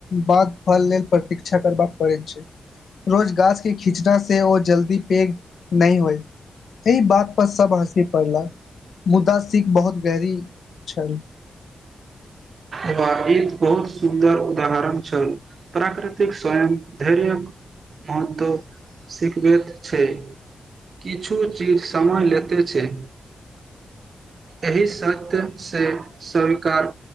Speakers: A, on the left (about 70°); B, on the right (about 55°).
A: बाद फल लेल प्रतीक्षा करबाका पड़ैत छैय रोज गाछ के खिचना से ओ जल्दी पैघ नहि होइ एहि बात प सब हाँसी पड़ला। मुदा सिख बहुत गहरी छल।
B: ई बहुत सुन्दर उदाहरण छल प्राकृतिक स्वयं धैर्यक महत्व सिखब छैय किछु चीज समय लेते छैय एहि सत्य से सरिकार